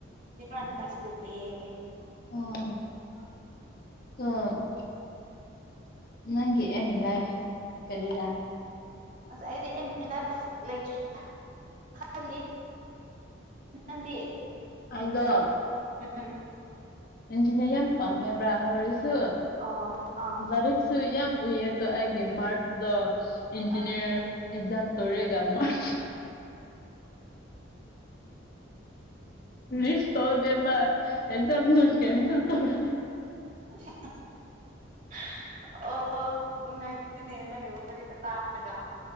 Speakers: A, on the right (about 40°); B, on the left (about 50°).
A: <unintelligible>
B: <unintelligible> ꯅꯪꯒꯤ ꯑꯦꯃꯤ ꯑꯦꯜ ꯂꯥꯏꯐ ꯀꯔꯤꯔꯥ
A: ꯑꯁ ꯑꯩꯗꯤ ꯑ ꯂꯩꯇ꯭ꯔꯤꯦ ꯈꯜꯂꯤ ꯅꯪꯗꯤ
B: ꯍꯥꯏꯗꯣ
A: ꯎꯝ
B: ꯏꯟꯖꯤꯅꯤꯔ ꯌꯥꯝ ꯄꯥꯝꯃꯦꯕ꯭ꯔꯥ ꯍꯣꯔꯁ
A: ꯑꯣ ꯑꯥ
B: ꯂꯔꯤꯛꯁꯨ ꯌꯥꯝ ꯎꯏꯌꯦ ꯑꯩꯒꯤꯦ ꯃꯥꯔꯆꯗ ꯏꯟꯖꯤꯅꯤꯌꯔ
A: ꯑꯥ
B: ꯑꯦꯛꯖꯝ ꯇꯧꯔꯦꯒ ꯃꯥꯔ ꯔꯤꯁ ꯇꯧꯗꯦꯃ ꯑꯦꯖꯝ ꯅ ꯀꯦꯟꯁꯜ ꯇꯧꯔ
A: ꯑꯣ <unintelligible>